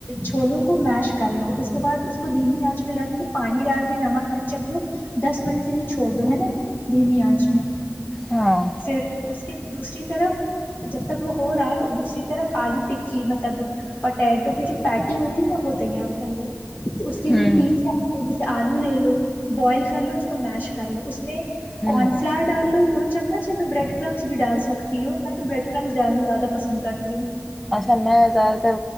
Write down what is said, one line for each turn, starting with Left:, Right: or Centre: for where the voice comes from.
Left: چھولوں کو میش کر لو اس کے بعد اس کو دھیمی آنچ میں رکھ کے پانی ڈال کے نمک مر چکھ لو دس منٹ کے لیے چھوڑ دو ہے نا دھیمی آنچ میں
Centre: ہاں
Left: پھر اس کے دوسری طرف جب تک وہ ہو رہا ہے دوسری طرف آلو ٹکی مطلب پٹیٹو کی جو پیٹی ہوتی نا وہ تیار کر لو تو اس کے
Centre: ہوں
Left: لیے تین چار آلو لے لو بوائل کر لو اس کو میش کر لو اس میں
Centre: ہوں
Left: کارن فلاور ڈال لو دو چمچ یا تو بریڈ کرمس بھی ڈال سکتی ہوں میں تو بریڈ کرمس ڈالنا زیادہ پسند کرتی ہوں
Centre: اچھا میں زیادہ تر